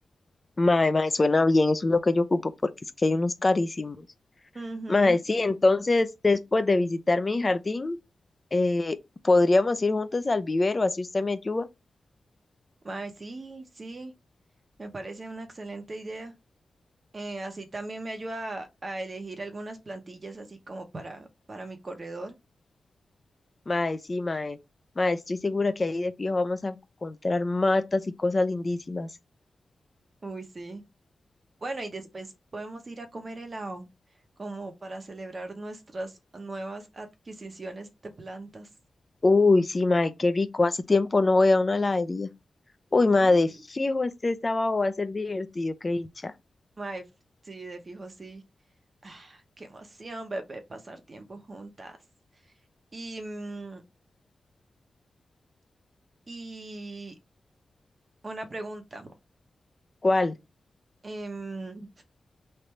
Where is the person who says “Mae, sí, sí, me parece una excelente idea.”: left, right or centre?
Right